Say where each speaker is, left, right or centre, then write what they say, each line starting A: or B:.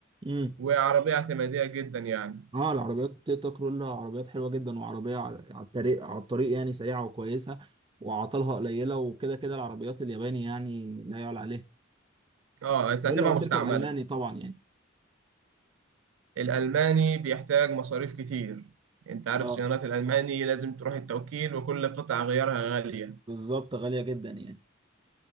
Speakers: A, on the right (about 25°); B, on the right (about 80°).
A: امم
B: وعربية اعتمادية جدا يعني
A: اه العربيات تويوتا كرولا عربيات حلوة جدا وعربية على على الطريق على الطريق يعني سريعة وكويسة وعطلها قليلة وكده كده العربيات الياباني يعني لا يعلى عليه
B: اه بس
A: دول
B: هتبقى
A: لو هتركب
B: مستعملة
A: ألماني طبعا يعني
B: الألماني بيحتاج مصاريف كتير انت عارف
A: اه
B: صيانات الألماني لازم تروح التوكيل وكل قطعة غيارها غالية
A: بالظبط غالية جدا يعني